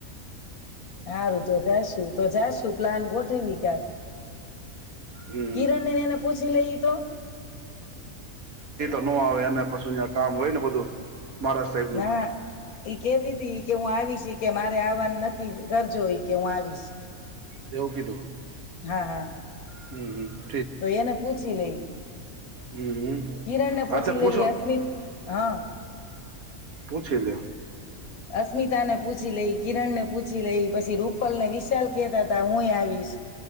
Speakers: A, on the left; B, on the right.
A: હારું તો જાશું તો જાશું પ્લાન ગોઠવીકાળ.
B: હમ
A: કિરન ને એને પૂછી લઈ તો?
B: નો આવે અને પછું યા કામ હોય ને બધું. મહારાજ સાહેબનું
A: ના ઈ કેતી તી કે હું આવી છી કે મારે આવાન નક્કી કરજો હિ કે હું આવીશ.
B: એવું કીધું?
A: હા હા.
B: હમ્મ, હમ્મ.
A: તો એને પૂછી લઈ
B: હમ હમ
A: કિરણ ને પૂછી
B: હા તે પૂછો
A: લઈ અસ્મિત હા.
B: પૂછી લે.
A: અસ્મિતા ને પૂછી લઈ કિરણ ને પૂછી લઈ પછી રૂપલ ને વિશાલ કહેતા તા હુંય એ આવીશ.